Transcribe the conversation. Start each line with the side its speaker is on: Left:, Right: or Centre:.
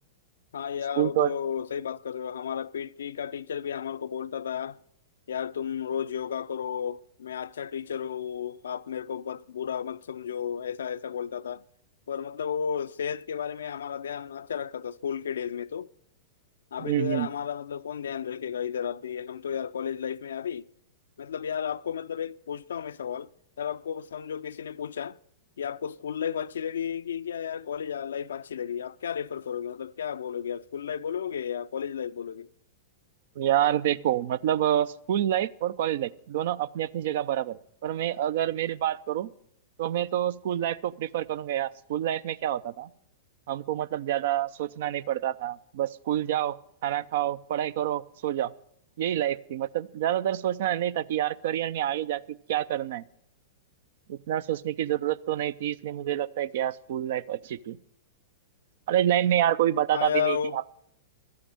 Left: हाँ यार
Right: स्कूल
Left: वो
Right: तो
Left: तो सही बात कर रहे हो हमारा पीटी का टीचर भी हमारे को बोलता था यार तुम रोज योगा करो मैं अच्छा टीचर हूँ आप मेरे को मत बुरा मत समझो ऐसा ऐसा बोलता था पर मतलब वो सेहत के बारे में हमारा ध्यान अच्छा रखता था स्कूल के डेज में तो अभी
Right: हम्म
Left: तो यार
Right: हम्म।
Left: हमारा मतलब कौन ध्यान रखेगा इधर अभी हम तो यार कॉलेज लाइफ में अभी मतलब यार आपको मतलब एक पूछता हूँ मैं सवाल यार आपको समझो किसी ने पूछा कि आपको स्कूल लाइफ अच्छी लगी कि क्या यार कॉलेज लाइफ अच्छी लगी आप क्या रेफर करोगे मतलब क्या बोलोगे यार स्कूल लाइफ बोलोगे या कॉलेज लाइफ बोलोगे
Right: यार देखो मतलब स्कूल लाइफ और कॉलेज लाइफ दोनों अपनी अपनी जगह बराबर है पर मैं अगर मेरी बात करूँ तो मैं तो स्कूल लाइफ को प्रेफर करूंगा यार स्कूल लाइफ में क्या होता था हमको मतलब ज्यादा सोचना नहीं पड़ता था बस स्कूल जाओ खाना खाओ पढ़ाई करो सो जाओ यही लाइफ थी मतलब ज्यादातर सोचना नहीं था कि यार करियर में आगे जाके क्या करना है इतना सोचने की जरूरत तो नहीं थी इसलिए मुझे लगता है कि यार स्कूल लाइफ अच्छी थी कॉलेज लाइफ में यार कोई बताता
Left: हाँ यार
Right: भी नहीं
Left: वो
Right: कि आप